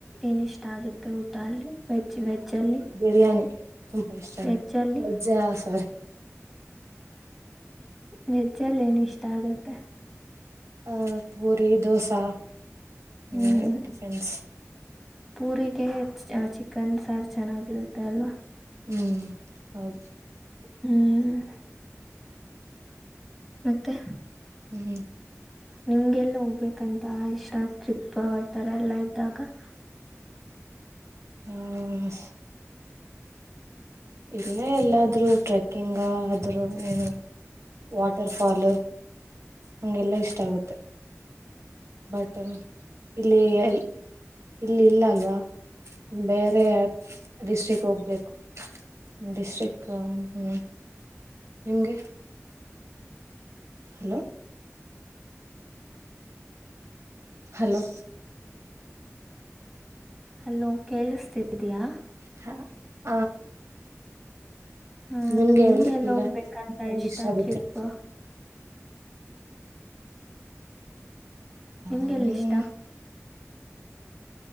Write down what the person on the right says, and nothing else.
ಬಿರಿಯಾನಿ ತುಂಬಾ ಇಷ್ಟ ಆಯತು
ವೆಜ್ಜ ಸಾರಿ <inaudible>
ಆ ಪೂರಿ ದೋಸಾ
ಏನು ಟಿಫನ್
ಹ್ಮ್ ಹೌದು
ಹೇಳಿ
ಹ್ಮ ಸ್ ಇಲ್ಲೇ ಎಲ್ಲಾದ್ರೂ ಟ್ರೆಕ್ಕಿಂಗ್ ಆದ್ರೂ ಏನು ವಾಟರ್ಫಾಲು ಹಂಗೆಲ್ಲ ಇಷ್ಟ ಆಗತ್ತೆ ಬಟ್ ಇಲ್ಲಿ ಎಲ್ ಇಲ್ಲಿ ಇಲ್ಲಾ ಅಲ್ವಾ ಬೇರೆ ಡಿಸ್ಟ್ರಿಕ್ ಹೋಗ್ಬೇಕು ಡಿಸ್ಟ್ರಿಕ್ ಹ್ಮ್ ನಿಮ್ಗೆ ಹಲೋ ಹಲೋ
ಹ ಹ
ನಿಮ್ಗೆ
ಎಲ್ಲಿ ಎಲ್ಲ
ಎಲ್ಲಿ
ಆಗುತ್ತೆ
ಹ್ಮ್